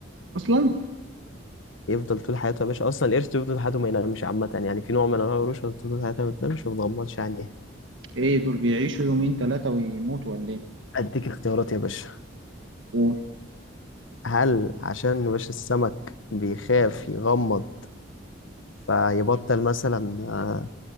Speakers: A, on the right; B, on the left.
A: اصلا
B: يفضل طول حياته يا باشا اصلا القرش بيفضل طول حياته ما ينامش عامة يعني في نوع من انواع القروش بتفضل طول حياتها ما بتنامش وما بتغمضش عينيها
A: ايه دول بيعيشوا يومين ثلاثة ويموتوا ولا ايه
B: اديك اختيارات يا باشا
A: قول.
B: هل عشان وش السمك بيخاف يغمض فيبطل مثلا آه،